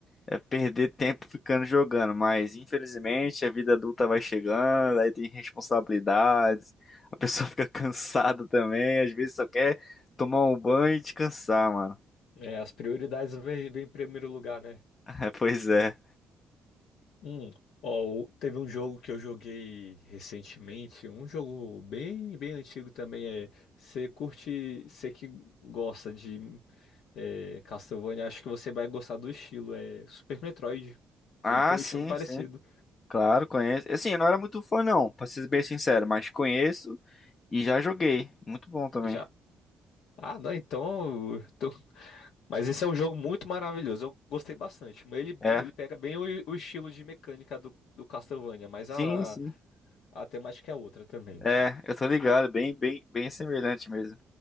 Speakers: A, on the left; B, on the left.
A: é perder tempo ficando jogando, mas infelizmente a vida adulta vai chegando, aí tem responsabilidades, a pessoa <laughs> fica cansada também, às vezes só quer tomar um banho e descansar, mano.
B: É, as prioridades vêm vêm em primeiro lugar, né?
A: <laughs> pois é.
B: Hum. Ó, o- teve um jogo que eu joguei recentemente, um jogo bem, bem antigo também. É, você curte, você que gosta de é, Castlevania, acho que você vai gostar do estilo. É Super Metroid.
A: Ah,
B: Ele tem um
A: sim,
B: estilo parecido.
A: sim. Claro, conheço. Assim, eu não era muito fã, não, pra ser bem sincero, mas conheço e já joguei. Muito bom também.
B: Já. Ah, não, então. eu tô- Mas esse é um jogo muito maravilhoso. Eu gostei bastante. Mas ele,
A: É.
B: ele pega bem o, o estilo de mecânica do, do Castlevania, mas
A: Sim,
B: a,
A: sim.
B: a temática é outra também.
A: É, eu tô ligado, bem, bem, bem semelhante mesmo.